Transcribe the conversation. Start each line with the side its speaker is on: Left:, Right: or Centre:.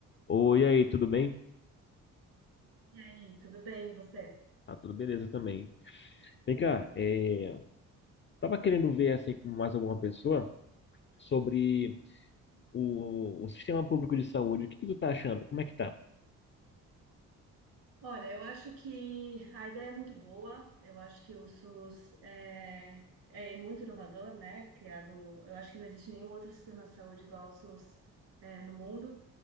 Left: Oi, e aí, tudo bem?
Right: E aí, tudo bem, e você?
Left: Ah, tudo beleza também. Vem cá, é, tava querendo ver assim com mais alguma pessoa sobre o, o sistema público de saúde. O que que tu tá achando? Como é que tá?
Right: Olha, eu acho que a ideia é muito boa, eu acho que o SUS é, é muito inovador, né? Criado, eu acho que não existe nenhum outro sistema de saúde igual ao SUS, é, no mundo,